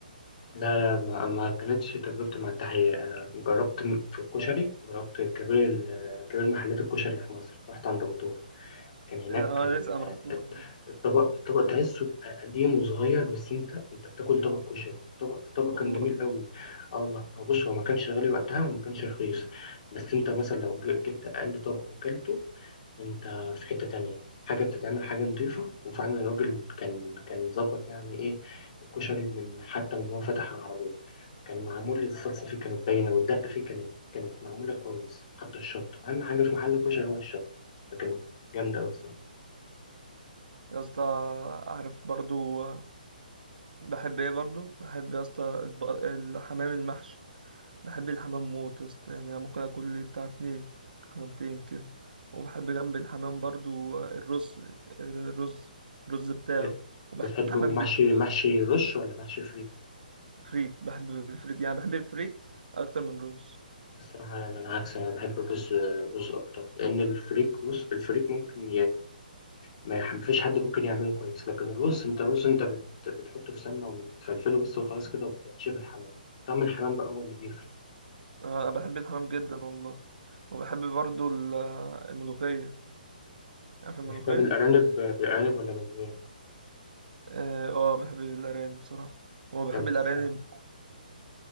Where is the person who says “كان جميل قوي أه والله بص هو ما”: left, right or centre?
Left